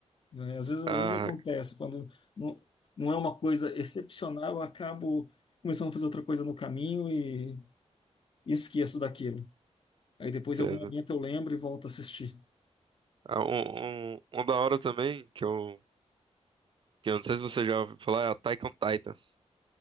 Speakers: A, on the left; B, on the right.
A: né? Às vezes, às
B: Ah,
A: vezes acontece, quando não, não é uma coisa excepcional, eu acabo começando a fazer outra coisa no caminho e, e esqueço daquilo. Aí depois,
B: entendo.
A: em algum momento, eu lembro e volto a assistir.
B: Ah, um, um, um da hora também, que eu, que eu não sei se você já ouviu falar, é a Attack on Titans.